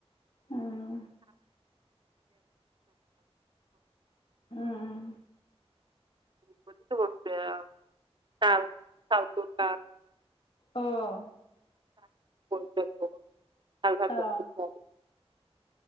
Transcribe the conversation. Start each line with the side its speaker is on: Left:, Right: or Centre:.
Left: উম উম
Right: <unintelligible>
Left: অঁ
Right: <unintelligible> <unintelligible>
Left: অ